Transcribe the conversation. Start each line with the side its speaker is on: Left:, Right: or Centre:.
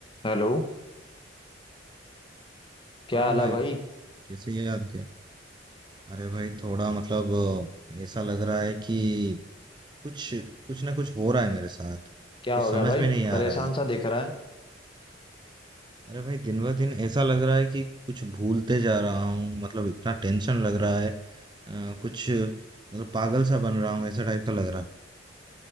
Left: हेलो क्या
Right: हाँ
Left: हाल
Right: भाई
Left: है भाई
Right: कैसे याद किया अरे भाई थोड़ा मतलब अ, ऐसा लग रहा है कि कुछ कुछ ना कुछ हो रहा है मेरे साथ
Left: क्या
Right: कुछ
Left: हो
Right: समझ
Left: गया भाई
Right: में नहीं आ
Left: परेशान
Right: रहा है
Left: सा दिख रहा है
Right: अरे भाई दिन ब दिन ऐसा लग रहा है कि कुछ भूलते जा रहा हूँ मतलब इतना टेंशन लग रहा है अ, कुछ मतलब पागल सा बन रहा हूँ ऐसा टाइप का लग रहा है